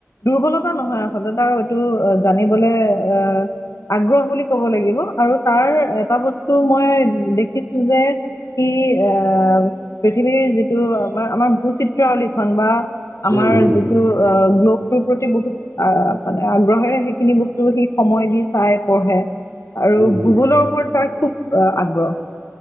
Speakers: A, on the left (about 80°); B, on the right (about 55°).
A: দুৰ্বলতা নহয় আচলতে তাৰ এইটো জানিবলে আহ আগ্ৰহ বুলি ক'ব লাগিব আৰু তাৰ এটা বস্তু মই দেখিছোঁ যে স এ পৃথিৱীৰ যিটো আমাৰ আমাৰ ভূ চিত্ৰাৱলীখন বা আমাৰ
B: উম হুম
A: যিটো অ গ্ল'বটোৰ প্ৰতি বহুত আহ মানে আগ্ৰহেৰে শ সেই খিনি বস্তু সিক সময় দি চাই পঢ়ে আৰু
B: উম হুম
A: ভূগোলৰ ওপৰত তাৰ খুব অ আগ্ৰহ